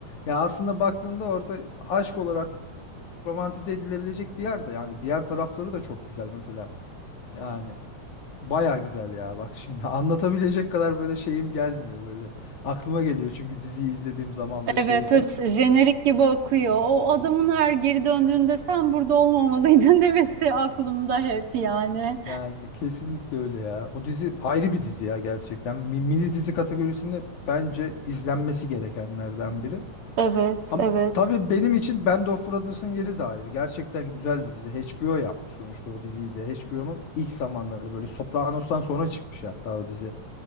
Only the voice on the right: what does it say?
evet,
hepsi jenerik gibi akıyor. O adamın her geri döndüğünde sen burada olmamalıydın <laughs> demesi aklımda hep yani.
Evet,
evet.